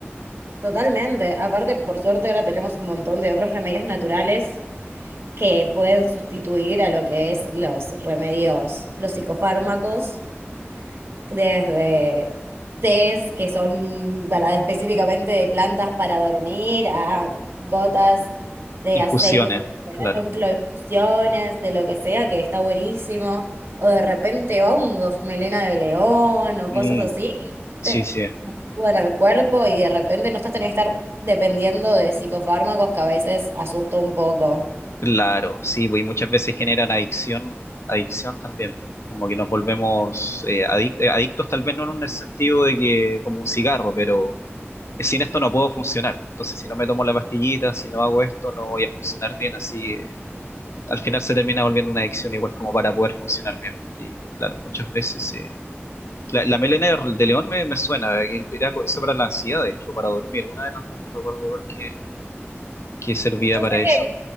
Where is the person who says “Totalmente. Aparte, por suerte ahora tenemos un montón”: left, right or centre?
Right